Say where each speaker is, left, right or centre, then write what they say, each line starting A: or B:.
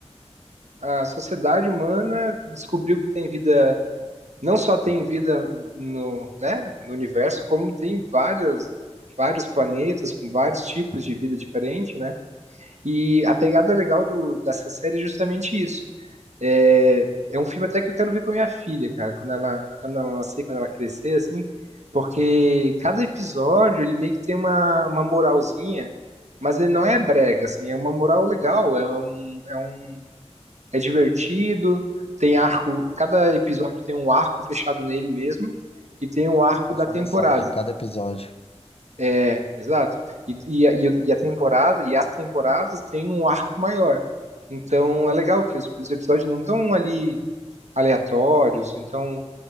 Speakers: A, on the right; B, on the left.
A: a, a sociedade humana descobriu que tem vida não só tem vida no, né, no universo, como tem várias vários planetas com vários tipos de vida diferente, né? E a pegada legal do, dessa série é justamente isso. É, é um filme até que eu quero ver com a minha filha, cara, quando ela quando ela nascer, quando ela crescer, assim, porque cada episódio ele meio que tem uma, uma moralzinha, mas ele não é brega, assim, é uma moral legal, é um, é um é divertido, tem arco, cada
B: Passa-
A: episódio tem um arco fechado nele mesmo e tem o um arco
B: Ele passa
A: da temporada.
B: uma mensagem em cada episódio.
A: É, exato. E, e, a- e o- e a temporada, e as temporadas têm um arco maior. Então é legal que os, os episódios não estão ali aleatórios, então